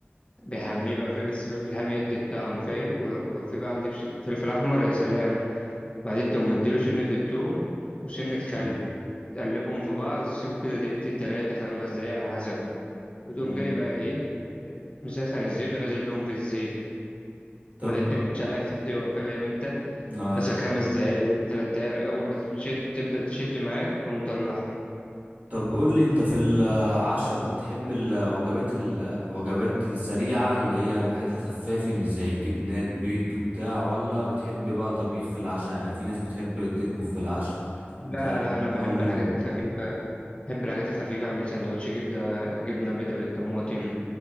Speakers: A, on the left; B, on the right.
A: بيحميه بقى فلفل بس فلفل حامي يدي الطعم فاهم ولو في بقى عندك ش- فلفل احمر يا سلام بعدين تقوم مديله سنة التوم وسنة خل
B: مم.
A: تقلبهم في بعض تسيبه كده دقيقتين تلاتة خمس دقايق على حسب بقى وتقوم
B: مم.
A: جاي بقى ايه مسخن الزيت ونازل بيهم في الزيت
B: طب
A: ما تتكش عليها في السوا فاهم انت
B: أي
A: مثلا خمس دقايق تلات دقايق اول ما تشد تبدأ تشد معاك تقوم مطلعها
B: طب قول لي انت في العشاء بتحب الوجبات الوجبات السريعة اللي هي الحاجات الخفافي مش زي الجبنات بيض وبتاع ولا بتحب بقى طبيخ في العشاء يعني في ناس بتحب تطبخ في العشاء
A: لا
B: انت انا
A: لا انا بحب
B: ونور
A: الحاجات الخفيفه بحب الحاجات الخفيفه اعمل سندوتش جبنه جبنه بيضه بالطماطم